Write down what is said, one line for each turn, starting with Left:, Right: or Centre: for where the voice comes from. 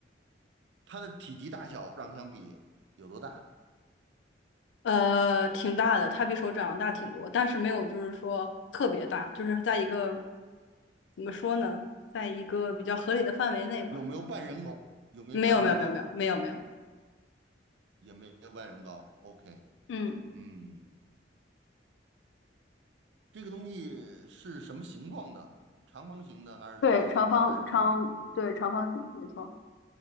Right: 它的体积大小上相比有多大？
Left: 呃，挺大的，它比手掌大挺多，但是没有就是说特别大，就是在一个怎么说呢，在一个比较合理的范围内吧。
Right: 有没有半人高？有没有半人高？
Left: 没有没有没有没有没有没有没有
Right: 也没有半人高。OK，
Left: 嗯，
Right: 嗯，这个东西是什么形状的？长方形的还是圆形的？
Left: 对，长方长，
Right: 还是
Left: 对，长方形，没错。